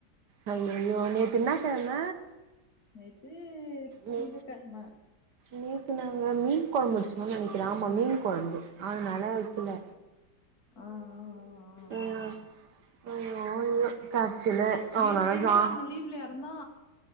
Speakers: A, on the right; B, on the left.
A: ஹய்யோ நேத்து என்னா கெழம
B: நேத்து
A: நே
B: திங்க கெழம
A: நேத்து நாங்க மீன் கொழம்பு வெச்சோ நெனைக்கற ஆமா மீன் கொழம்பு அதனால வைக்கல
B: அஹ் அஹ் அஹ்
A: ஐயோ
B: அஹ்
A: ஐயோ ஐயோ கட்சில அவனால
B: நேத்து திங்கக்கெழம
A: ஜா
B: லீவ்லயா இருந்தா